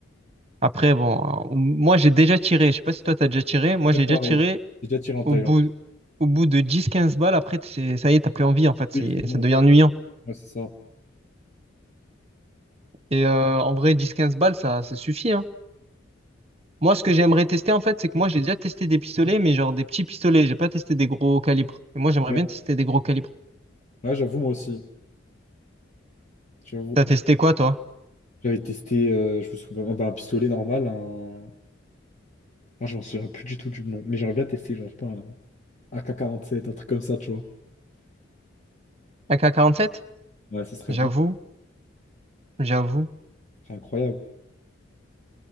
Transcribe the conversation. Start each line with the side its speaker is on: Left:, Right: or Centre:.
Right: Après, bon, euh, moi, j'ai déjà tiré, je sais pas si toi, t'as déjà tiré, moi,
Left: Ouais,
Right: j'ai
Left: pareil.
Right: déjà tiré
Left: J'ai déjà tiré en
Right: au
Left: Thaïlande.
Right: bout, au bout de dix quinze balles, après, c'est, ça y est, t'as plus envie, en fait,
Left: Oui,
Right: c'est,
Left: c'est bon.
Right: ça devient ennuyant.
Left: Ouais, c'est ça.
Right: Et euh, en vrai, dix quinze balles, ça, ça suffit, hein. Moi, ce que j'aimerais tester, en fait, c'est que moi, j'ai déjà testé des pistolets, mais genre des petits pistolets, j'ai pas testé des gros calibres. Et moi, j'aimerais
Left: Ouais,
Right: bien tester des gros calibres.
Left: Ouais, j'avoue, moi aussi. J'avoue.
Right: T'as testé quoi, toi?
Left: J'avais testé, euh, je me souviens, bah, un pistolet normal. Un... Ah, je m'en souviens plus du tout du nom. Mais j'aurais bien testé, genre, je sais pas, un AK-47, un truc comme ça, tu vois.
Right: ak sept
Left: Ouais, ça serait
Right: J'avoue.
Left: bien.
Right: j'avoue.
Left: Ce serait incroyable.